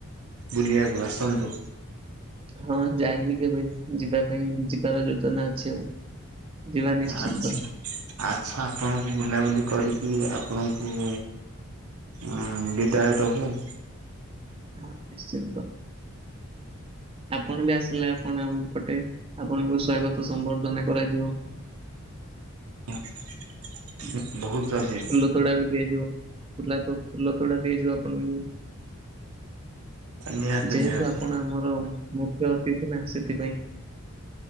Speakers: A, on the right; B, on the right.
A: ବୁଲିଆକୁୁ ଆସନ୍ତୁ।
B: ହଁ ଯାଇନି କେବେ ଯିବା ପାଇଁ ଯିବାର ଯୋଜନା ଅଛି ଆଉ ଯିବା ନିଶ୍ଚିନ୍ତ
A: ଆଛା ଆଛା ଆପଣଙ୍କୁ ବୁଲାବୁଲି କରିକି ଆପଣଙ୍କୁ ହୁଁ ବିଦାୟ ଦବୁ
B: ହଁ ନିଶ୍ଚିତ ଆପଣ ବି ଆସିଲେ ଆମପଟେ ଆପଣଙ୍କୁ ସ୍ଵାଗତ ସମ୍ବର୍ଦ୍ଧନା କରାଯିବ
A: <inaudible>
B: ହ
A: ବହୁତ ଜଲଦି
B: ଫୁଲ ତୋଡା ବି ଦିଆଯିବ ଫୁଲ ତୋଡା ଦିଆଯିବ ଆପଣଙ୍କୁ
A: ନିହାତି
B: ଯେହେତୁ
A: ନିହାତି
B: ଆପଣ ଆମର ମୁଖ୍ୟ ଅତିଥି ନା ସେଥିପାଇଁ